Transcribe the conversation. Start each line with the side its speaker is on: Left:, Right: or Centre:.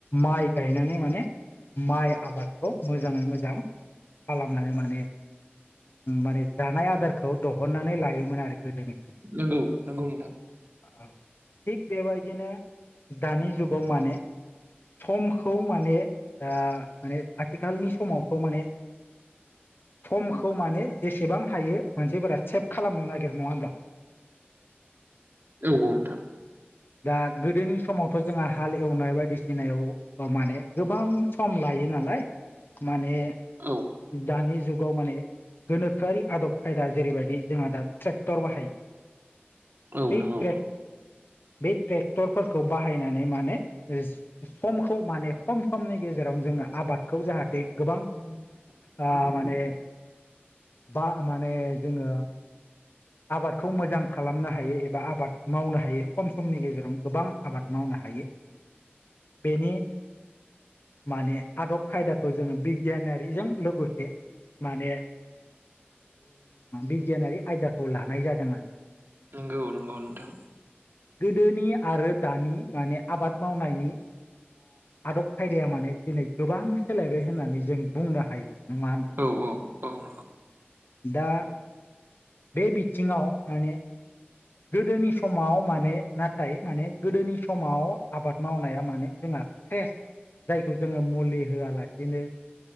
Left: माइ गायनानै माने माइ आबादखौ मोजाङै मोजां खालामनानै माने माने जानाय आदारखौ दिहननानै लायोमोन आरो गोदोनि सुबुङा
Right: नंगौ नंगौ नोंथां
Left: औ थिग बेबायदिनो दानि जुगाव माने समखौ माने माने आथिखालनि समावथ माने सम खौ माने जेसेबां हायो मोनसेफोरा सेभ खालामनो नागिर नङा होनब्ला
Right: औ औ
Left: दा गोदोनि समावथ' जोंहा हाल एवनाय बायदिसिनायाव माने गोबां सम लायो नालाय माने
Right: औ
Left: दानि जुगाव माने गोनोखोआि आदब खायदा जेरैबायदि जोंहा दा ट्रेक्टर बाहायो
Right: औ
Left: बै
Right: नंगौ
Left: ट्रेक बै ट्रेक्टरफोरखौ बाहायनानै माने समखौ माने खम समनि गेजेरावनो जोङो आबादखौ जाहाथे गोबां ओ माने बा माने जोङो आबादखौ मोजां खालामनो हायो एबा आबाद मावनो हायो खम समनि गेजेराव गोबां आबाद मावनो हायो।
Right: <inaudible>
Left: बेनि माने आदब खायदाखौ जोङो बिगियानारिजों लोगोसे माने बिगियानारि आयदा खौ लानाय जादों आरो।
Right: औ नंगौ नोंथां।
Left: गोदोनि आरो दानि माने आबाद मावनायनि आदब खायदाया माने दिनै गोबां सोलायबाय होननानै जों बुंनो हायो ना मा होनो
Right: औ-औ-औ
Left: दा बे बिथिङाव माने गोदोनि समाव माने नाथाय माने गोदोनि समाव आबाद मावनाया माने जोंहा जायखौ जोङो मुलि होआलासिनो